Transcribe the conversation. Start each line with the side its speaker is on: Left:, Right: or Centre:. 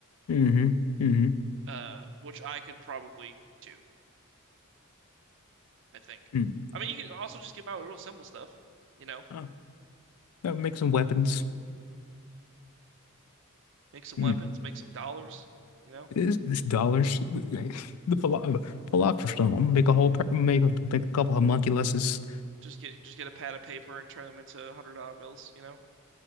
Left: Mm-hmm. Mm-hmm.
Right: uh, which I could probably do. I think.
Left: Mm.
Right: I mean, you could also just get by with real simple stuff, you know,
Left: Huh. That make some weapons.
Right: make some
Left: Mm.
Right: weapons, make some dollars, you know,
Left: It's, it's dollars. <laughs> The philo philosopher's stone. I'm gonna make a whole per- make a, make a couple homunculuses.
Right: just get just get a pad of paper and turn them into hundred dollar bills, you know,